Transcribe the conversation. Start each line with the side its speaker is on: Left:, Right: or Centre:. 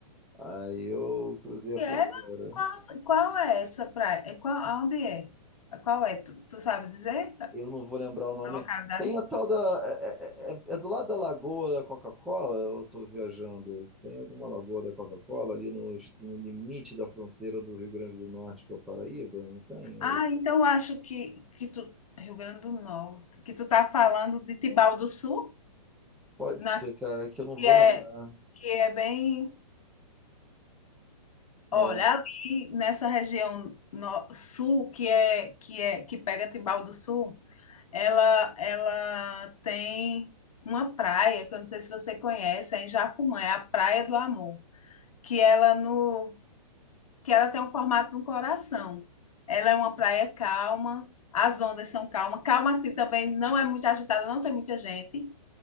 Centre: Aí eu cruzei
Left: que
Centre: a fronteira.
Left: é, mas qual, qual é essa praia? É qual, aonde é? Qual é? Tu, tu sabe dizer
Centre: Eu não vou lembrar o nome.
Left: a localidade?
Centre: Tem a tal da. É, é- é é, é do lado da Lagoa da Coca-Cola, ou eu estou viajando? Tem alguma Lagoa da Coca-Cola ali no, no limite da fronteira do Rio Grande do Norte com a Paraíba? Não tem?
Left: Ah,
Centre: Ou-
Left: então eu acho que, que tu. Rio Grande do Norte, que tu tá falando de Tibau do Sul,
Centre: Pode
Left: na,
Centre: ser, cara, é que eu não
Left: que
Centre: vou
Left: é,
Centre: lembrar.
Left: que é bem
Centre: É.
Left: Olha, ali nessa região no- sul, que é que é que pega Tibau do Sul, ela ela tem uma praia, que eu não sei se você conhece, é em Jacumã, é a Praia do Amor, que ela no que ela tem o formato de um coração. Ela é uma praia calma, as ondas são calmas, calma assim também, não é muito agitada, não tem muita gente